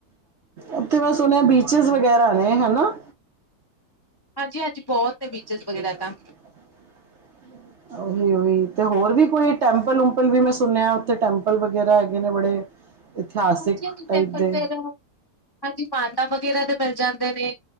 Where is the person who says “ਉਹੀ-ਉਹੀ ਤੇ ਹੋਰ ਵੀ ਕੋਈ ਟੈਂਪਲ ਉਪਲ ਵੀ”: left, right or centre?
Right